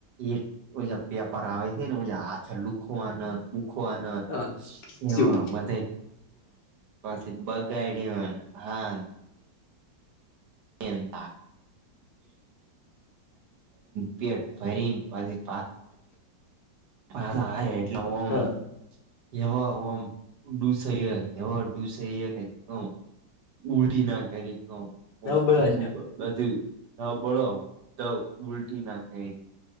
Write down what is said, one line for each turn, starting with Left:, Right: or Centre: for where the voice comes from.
Right: એ કોઈ વેપાર આવે છે ને હાથે લુખવા નો
Left: હા
Right: <unintelligible> <unintelligible> એ
Left: ખીચું
Right: મા બા <unintelligible> હા તે <unintelligible> પછી પાસા આયા પાસા આયા એટલે
Left: હા
Right: ઓમ <unintelligible> ઉલટી ના <unintelligible>
Left: ડબલ
Right: ઓમ <unintelligible>
Left: છે.
Right: બધી <unintelligible> તો ઉલટી ના કઈક